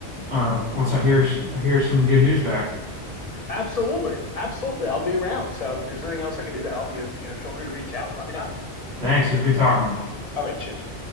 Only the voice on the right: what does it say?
uh, once I hear I hear some good news back.
Thanks. It was good talking to you.